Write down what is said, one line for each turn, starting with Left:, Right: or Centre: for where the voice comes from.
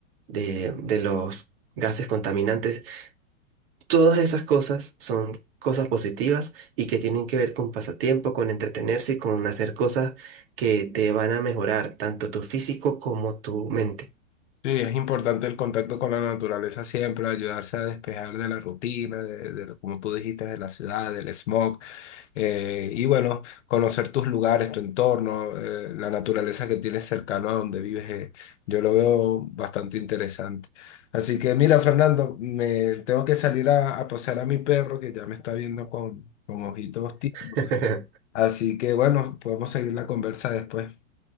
Right: de, de los gases contaminantes. Todas esas cosas son cosas positivas y que tienen que ver con pasatiempo, con entretenerse y con hacer cosas que te van a mejorar tanto tu físico como tu mente.
Left: Sí, es importante el contacto con la naturaleza siempre, ayudarse a despejar de la rutina, de, de lo- como tú dijiste, de la ciudad, del smog, eh, y bueno, conocer tus lugares, tu entorno, eh, la naturaleza que tienes cercano a donde vives, eh, yo lo veo bastante interesante. Así que mira, Fernando, me tengo que salir a, a pasear a mi perro que ya me está viendo con, con ojitos tímidos.
Right: <laughs>
Left: Así que bueno, podemos seguir la conversa después.